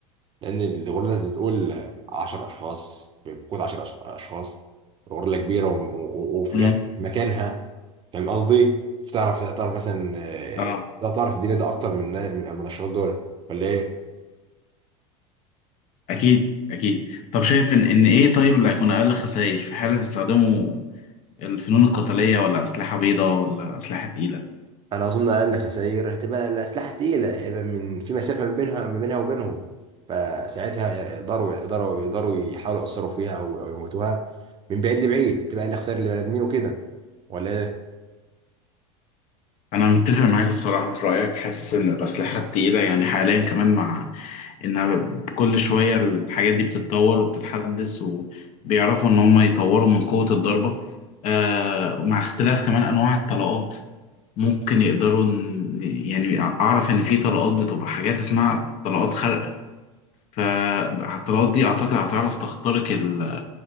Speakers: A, on the right; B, on the left.
A: لان الغوريلا بتقول 10 اشخاص بتكون 10 اشخاص غوريلا كبيره و- و- وفي
B: امم
A: غاية مكانها فاهم قصدي؟ فتعرف تعرف مثلا
B: اه
A: آه، تعرف الدنيا ده اكتر من من من الاشخاص دول ولا ايه؟
B: اكيد اكيد طب شايف ان ان ايه طيب اللي هيكون اقل خسائر في حالة استخدموا الفنون القتالية ولا اسلحة بيضاء ولا اسلحة تقيلة
A: انا اظن اقل خسائر هتبقى الاسلحه التقيله هيبقى من في مسافه ما بينها ما بينها وبينهم فساعتها يقدروا يقدروا يقدروا يحاولوا يأثروا فيها او او يموتوها من بعيد لبعيد تبقى اقل خسائر لبني ادمين وكده ولا ايه؟
B: انا متفق معاك الصراحة في رأيك حاسس ان الاسلحة التقيلة يعني حاليا كمان مع ان كل شوية الحاجات دي بتتطور وبتتحدث وبيعرفوا ان هم يطوروا من قوة الضربة آه، مع اختلاف كمان انواع الطلقات ممكن يقدروا إن- يعني اعرف ان في طلقات بتبقى حاجات اسمها طلقات خارقة فالطلقات دي اعتقد هتعرف تخترق ال-